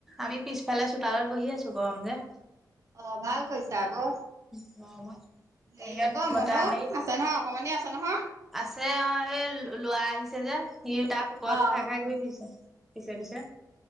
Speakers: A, in the centre; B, on the right (about 45°).
A: আমি পিছফালে চোতালত বহি আছো গৰম যে
B: অ ভাল কৈছা আকৌ
A: বিৰতত
B: হেৰি আকৌ মনো
A: হেৰি
B: আছে নহয় অকমানি আছে নহয়
A: আছে অ স লৰা আহিছে যে সি তাৰ পুকুৰা
B: অ
A: টো খাই দোই কৰি থৈছে পিছে পিছে